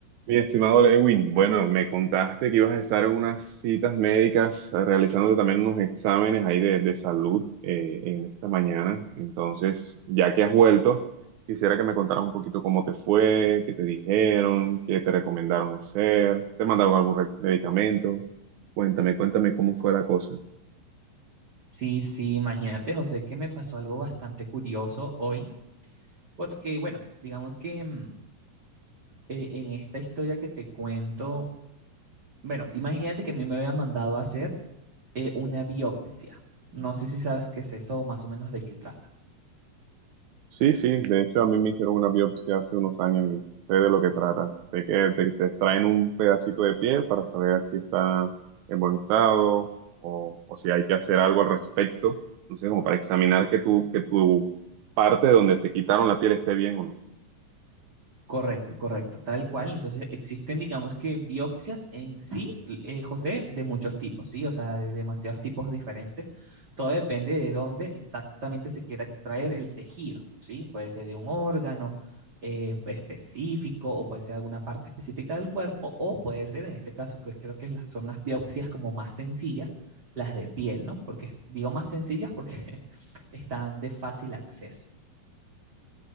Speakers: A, on the right; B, on the right.
A: Mi estimado Lewin, bueno, me contaste que ibas a estar en unas citas médicas, eh, realizándote también unos exámenes ahí de, de salud eh, en esta mañana. Entonces, ya que has vuelto, quisiera que me contaras un poquito cómo te fue, qué te dijeron, qué te recomendaron hacer, te mandaron algún re- medicamento. Cuéntame, cuéntame cómo fue la cosa.
B: Sí, sí, imagínate, José, que me pasó algo bastante curioso hoy, porque, bueno, digamos que mm, eh, en esta historia que te cuento, bueno, imagínate que a mí me había mandado a hacer eh, una biopsia. No sé si sabes qué es eso o más o menos de qué trata.
A: Sí, sí, de hecho a mí me hicieron una biopsia hace unos años y sé de lo que trata. Sé que te, te extraen un pedacito de piel para saber si está en buen estado o, o si hay que hacer algo al respecto. No sé, como para examinar que tu, que tu parte donde te quitaron la piel esté bien o no.
B: Correcto, correcto, tal cual. Entonces existen, digamos que biopsias en sí, eh, José, de muchos tipos, ¿sí? O sea, de demasiados tipos diferentes. Todo depende de dónde exactamente se quiera extraer el tejido, ¿sí? Puede ser de un órgano eh, específico o puede ser alguna parte específica del cuerpo o puede ser, en este caso, que creo que las- son las biopsias como más sencillas, las de piel, ¿no? Porque digo más sencillas porque <laughs> están de fácil acceso.